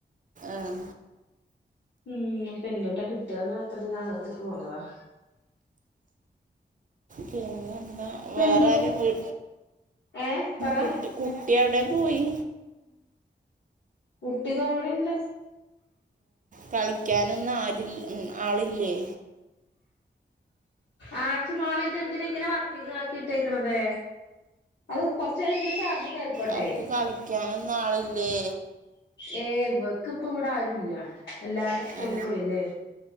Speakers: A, on the right; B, on the left.
A: ആഹ്.
B: ഉം അപ്പെൻതുട്ട കിട്ടന്ന്ഓർത്ത്പ്പാ ഞാൻ അകത്തേക്ക് പോന്നതാ.
A: പിന്നെന്താ വേറെ
B: എന്ത്യേ
A: ആരും വീ
B: ഏ പറ
A: കിട്ടും. കുട്ടിയവിടെ പോയി?
B: കുട്ടി താ ഇവിടെ ഇണ്ട്.
A: കളിക്കാനൊന്നും ആരും ഉം ആളില്ലേ?
B: ആച്ചി മോളെ ഇതെന്തിനാ ഇങ്ങനെ വർക്കിങ്ങ് ആക്കിട്ടേക്കണത്. അത് കുറച്ച് നേരെങ്കിലും ചാർജ് കേറിക്കോട്ടെ
A: അവക്ക് കളിക്കാനൊന്നും ആളില്ലേ?
B: ഏഹ് ഇവക്ക് ഇപ്പ ഇവിടെ ആരും ഇല്ല എല്ലാരും സ്കൂളിൽ
A: ആ
B: പോയില്ലേ.